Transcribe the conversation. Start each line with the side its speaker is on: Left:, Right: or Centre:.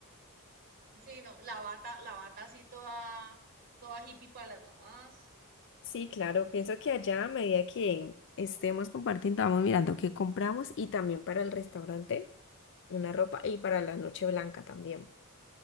Right: Sí, no, la bata, la bata así toda, toda hippie para las mamás.
Left: Sí, claro, pienso que allá a medida que estemos compartiendo, vamos mirando qué compramos y también para el restaurante. Una ropa y para la noche blanca también.